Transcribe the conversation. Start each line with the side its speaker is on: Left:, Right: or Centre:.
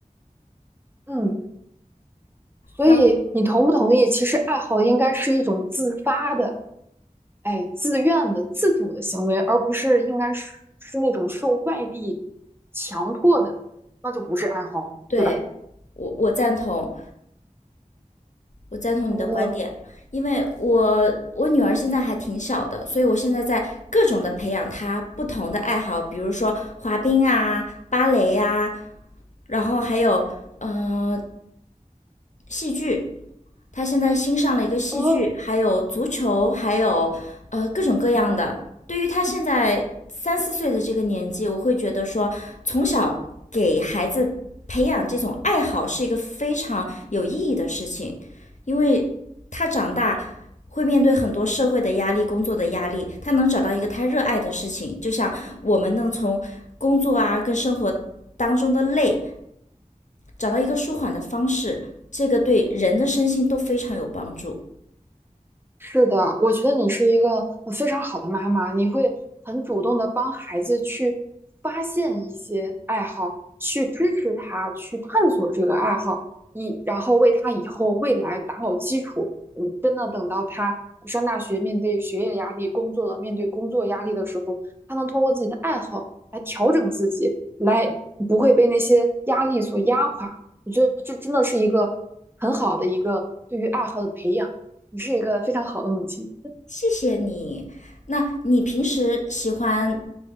Right: 嗯，所以你同不同意？
Left: 然
Right: 其实爱好应该是一种自发的，哎，自愿的、自主的行为，而不是应该是是那种受外力强迫的，那就不是爱好了对吧？
Left: 对，我我赞同，我赞同你的观点，
Right: 哦
Left: 因为我我女儿现在还挺小的，所以我现在在各种的培养她不同的爱好，比如说滑冰啊、芭蕾呀、然后还有呃戏剧，他现在新上了一个戏剧，
Right: 哦，
Left: 还有足球，还有呃各种各样的。对于他现在三四岁的这个年纪，我会觉得说，从小给孩子培养这种爱好是一个非常有意义的事情，因为他长大会面对很多社会的压力、工作的压力，他能找到一个他热爱的事情，就像我们能从工作啊跟生活当中的累找到一个舒缓的方式，
Right: 嗯。
Left: 这个对人的身心都非常有帮助。
Right: 是的，我觉得你是一个呃非常好的妈妈，你会很主动的帮孩子去发现一些爱好，去支持他去探索这个爱好，以然后为他以后未来打好基础。嗯，真的等到他上大学，面对学业压力，工作了，面对工作压力的时候，他能通过自己的爱好来调整自己，来不会被那些压力所压垮。我觉得这真的是一个很好的一个对于爱好的培养。你是一个非常好的母亲。
Left: 谢谢你。那你平时喜欢